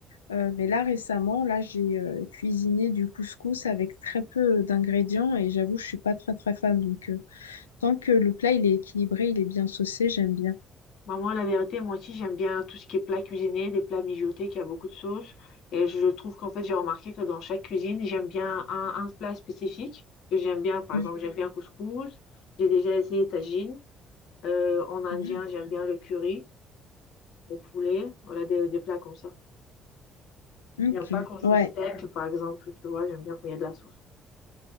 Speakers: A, on the left; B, on the left.
A: Euh, mais là, récemment, là, j'ai euh, cuisiné du couscous avec très peu d'ingrédients et j'avoue, je suis pas très très fan. Donc, euh, tant que le plat il est équilibré, il est bien saucé, j'aime bien.
B: Bah, moi, la vérité, moi aussi, j'aime bien tout ce qui est plat cuisiné, des plats mijotés qui a beaucoup de sauce. Et je trouve qu'en fait, j'ai remarqué que dans chaque cuisine, j'aime bien un, un plat spécifique que j'aime bien. Par
A: Mm.
B: exemple, j'aime bien couscous. J'ai déjà essayé tagine. Euh, en indien,
A: Mhm.
B: j'aime bien le curry au poulet. Voilà, des, des plats comme ça.
A: Ok,
B: J'aime pas quand c'est
A: ouais,
B: sec, par exemple, tu vois. J'aime bien quand il y a de la sauce.